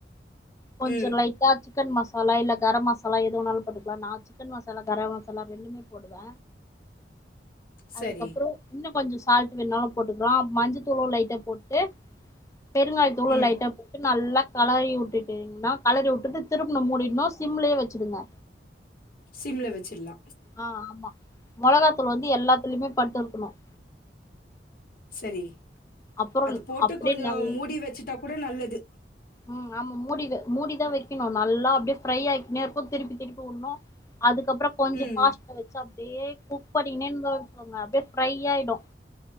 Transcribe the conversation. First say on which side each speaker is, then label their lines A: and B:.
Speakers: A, on the left (about 15°); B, on the left (about 55°).
A: கொஞ்சோ
B: ம்.
A: லைட்டா சிக்கன் மசாலா இல்ல கரம் மசாலா எது வேணாலு போட்டுக்கலாம் நா சிக்கன் மசாலா கரம் மசாலா ரெண்டுமே போடுவ
B: சரி.
A: அதுக்கப்றோ இன்னோ கொஞ்சோ சால்ட்டு வேண்ணாலு போட்டுக்கலா மஞ்சத்தூளும் லைட்டா போட்டு பெருங்காய தூளு
B: ம்.
A: லைட்டா போட் டு நல்லா கலாயி உட்டுட்டீங்ன்னா கலறி உட்டுட்டு திரும்ப மூடினும் சிம்லே வச்சுடுங்க
B: சிம்ல வெச்சிலா
A: ஆ ஆமா மொளகாத்தூளு வந்து எல்லாத்துலமே பட்டுருக்குணும்
B: சரி
A: அப்றோ
B: அது போட்டு
A: அப்டியே
B: கொஞ்சோ
A: நல்
B: மூடி வச்சுட்டா கூட நல்லது
A: ம் ஆமா மூடி வெ மூடி தா வெக்குனோ நல்லா அப்டியே ஃப்ரை ஆய்க்கினேருக்கு திருப்பி திருப்பி உன்னோ அதுக்கப்றோ கொஞ்சோ
B: ம்,
A: ஃபாஸ்ட்ல வச்சு அப்டியே குக் பண்ணினேன் வச்கோங்க அப்டியே ஃப்ரை ஆயிடும்